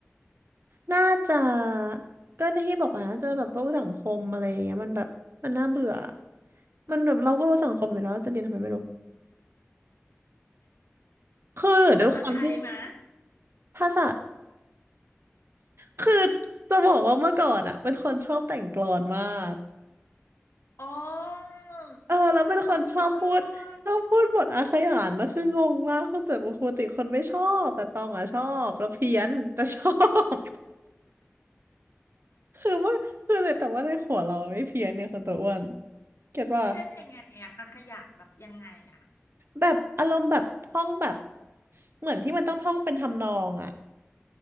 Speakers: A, on the right (about 55°); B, on the left (about 80°).
A: น่าจะก็ในที่บอกว่าน่าจะแบบพวกสังคมอะไรอย่างเงี้ยมันแบบมันน่าเบื่อมันแบบเราก็รู้สังคมอยู่แล้วจะเรียนทำไมไม่รู้คือหรือด้วยความที่
B: ภาษาไทยมะ
A: ภาษาคือจะบอกว่าเมื่อก่อนอ่ะเป็นคนชอบแต่งกลอนมาก
B: อ๋อ
A: เออแล้วเป็นคนชอบพูดชอบพูดบทอาขยานนะคืองงมากคือแต่ปกติคนไม่ชอบแต่ตองอ่ะชอบแล้วเพี้ยนแต่ชอบ
B: เจ้าบทเจ้ากร
A: คือว่าคือเลยแต่ว่าในหัวเราไม่เพี้ยนเนี่ยคนตัวอ้วนเก็ตว่า
B: เช่นยังไงอะอาขยานแบบยังไงอะ
A: แบบอารมณ์แบบท่องแบบเหมือนที่มันต้องท่องเป็นทำนองอ่ะ